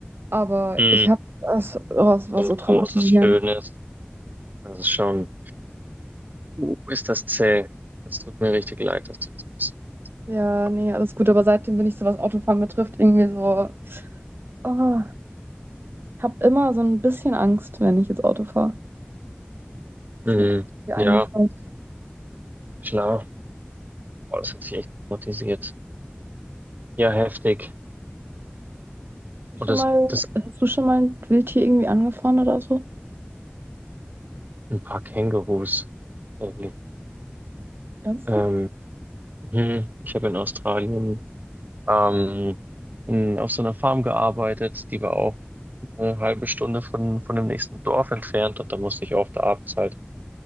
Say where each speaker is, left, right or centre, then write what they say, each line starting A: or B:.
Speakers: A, on the right (about 60°); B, on the right (about 45°).
A: Aber
B: Mhm.
A: ich habe, es, oh, es war
B: So
A: so
B: ein
A: traumatisierend.
B: großes, schönes. Das ist schon. Uh, ist das zäh. Das tut mir richtig leid, dass du das passiert.
A: Ja,
B: Oh, wei.
A: nee, alles gut. Aber seitdem bin ich so, was Autofahren betrifft, irgendwie so, oh, ich habe immer so ein bisschen Angst, wenn ich jetzt Auto fahre. Ist
B: Mhm.
A: mir gerade hier
B: Ja,
A: eingefallen.
B: klar. Boah, das hat sich echt traumatisiert. Ja, heftig.
A: Hast du
B: Und
A: schon
B: das,
A: mal,
B: das
A: hast du schon mal ein Wildtier irgendwie angefahren oder so?
B: ein paar Kängurus. Irgendwie.
A: Ernsthaft?
B: Ähm, hm, ich habe in Australien ähm, in, auf so einer Farm gearbeitet, die war auch eine halbe Stunde von, von dem nächsten Dorf entfernt und da musste ich oft abends halt